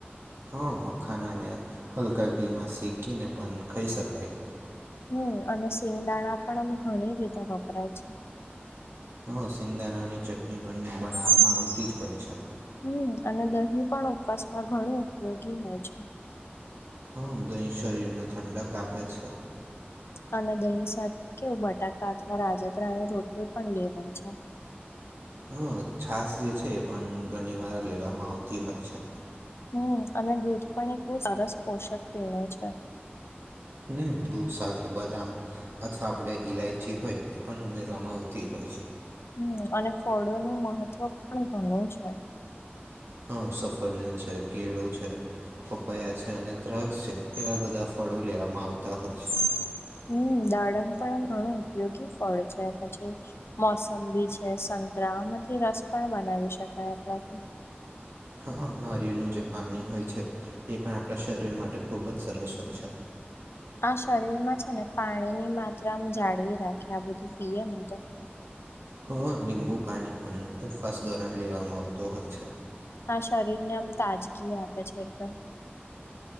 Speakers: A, on the right (about 75°); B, on the left (about 80°).
A: હા મખાનાને હલકા ઘીમાં શેકીને પણ ખાઈ શકાય
B: હમ અને સિંગદાણા પણ અમે ઘણી રીતે વપરાય છે
A: હા સિંગાણાની ચટણી પણ બનાવવામાં આવતી જ હોય છે
B: હમ અને દહીં પણ ઉપવાસમાં ઘણું ઉપયોગી હોય છે
A: હા દહીં શરીરને ઠંડક આપે છે
B: અને દહી સાથે કેવું બટાકા અથવા રાજગરાની રોટલી પણ લેવાય છે
A: હ છાાસ જે છે એ પણ ઘણી વાર લેવામાં આવતી હોય છે
B: હમ અને દૂધ પણ એક બ સરસ પોષક પીણું છે
A: હમ દૂધ સાથે બદામ અથવા આપણે ઇલાયચી હોય એ પણ ઉમેરવામાં આવતી હોય છે
B: હમ અને ફળો નું મહત્વ પણ ઘણું છે
A: હા સફરજન છે, કેળો છે. પપયા છે અને દ્રાક્ષ છે એવા બધા ફળો લેવામાં આવતા હોય છે
B: હમ દાડમ પણ આ ઘણું ઉપયોગી ફળ છે પછી મોસંબી છે સંતરામાંથી રસ પણ બનાવી શકાય આપણો
A: હા નારિેળનું જે પાણી હોય છે એ પણ આપણા શરીર માટે ખૂબ જ સરસ હોય છે
B: આ શરીર માં છે ને પાણીની માત્રામાં જાળવી રાખે આ બધું પીએ ને તો
A: હા લીંબુ પાણી પણ ઉપવાસ દોરણ લેવામાં આવતો હોય છે
B: આ શરીર ને આમ તાજગી આપે છે એકદમ